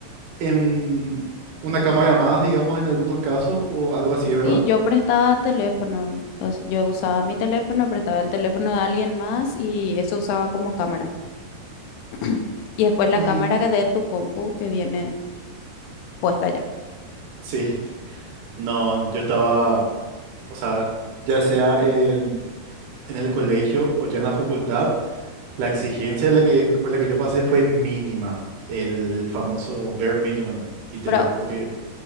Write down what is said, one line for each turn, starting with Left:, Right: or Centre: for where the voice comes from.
Right: en una cámara más, digamos, en algunos casos o algo así, ¿verdad?
Left: Sí, yo prestaba teléfono, o sea, yo usaba mi teléfono, prestaba el teléfono de alguien más y eso usaba como cámara. <clears throat> Y después la
Right: Y
Left: cámara que de tu compu que viene puesta ya.
Right: sí, no, yo estaba, o sea, ya sea en, en el colegio o ya en la facultad, la exigencia de la que, por la que yo pasé fue mínima, el famoso bare minimum, literal,
Left: Pero,
Right: porque,